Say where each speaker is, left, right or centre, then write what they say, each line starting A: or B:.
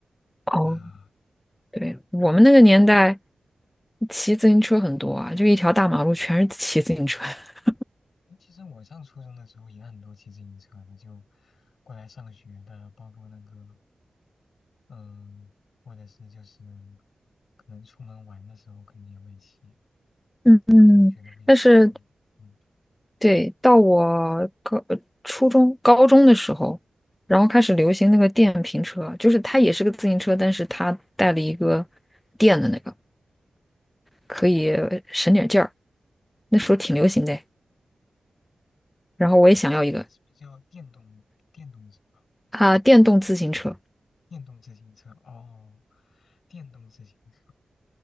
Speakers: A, on the left; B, on the left.
A: 哦，
B: 的。<laughs> 啊、
A: 对，我们那个年代骑自行车很多啊，就一条大马路全是骑自行车。<laughs>
B: 诶其实我上初中的时候也很多骑自行车的，就过来上学的，包括那个，嗯、或者是就是可能出门玩的时候肯定也会骑，
A: 嗯嗯，
B: 很多同学都会骑。
A: 但是
B: 嗯，嗯
A: 对，到我高呃初中、高中的时候，然后开始流行那个电瓶车，就是它也是个自行车，但是它带了一个电的那个，可以省点劲儿。那时候挺流行的。然后我也想要一个
B: 那是那是不是叫电动电动车啊？
A: 啊，电动自行车。
B: 电动自行车哦，电动自行车，